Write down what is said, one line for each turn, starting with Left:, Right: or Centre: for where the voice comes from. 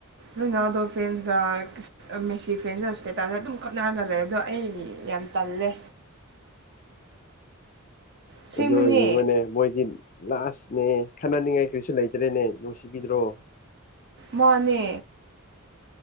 Right: ꯔꯨꯅꯥꯜꯗꯣ ꯐꯦꯟꯁꯒ ꯃꯦꯁꯤ ꯐꯦꯟꯁꯖ ꯁ꯭ꯇꯦꯇꯁꯇ ꯑꯗꯨꯝ ꯈꯠꯅꯔꯒ ꯂꯩꯕꯗꯣ ꯑꯩ ꯌꯥꯝ ꯇꯜꯂꯦ ꯑꯁꯦꯡꯕꯅꯦ
Left: ꯑꯗꯨ ꯌꯦꯡꯉꯣꯅꯦ ꯃꯣꯏꯒꯤꯝ ꯂꯥꯁꯅꯦ ꯈꯠꯅꯅꯤꯡꯉꯥꯏ ꯀꯔꯤꯁꯨ ꯂꯩꯇ꯭ꯔꯦꯅꯦ ꯅꯨꯡꯁꯤꯕꯤꯗ꯭ꯔꯣ
Right: ꯃꯥꯅꯦ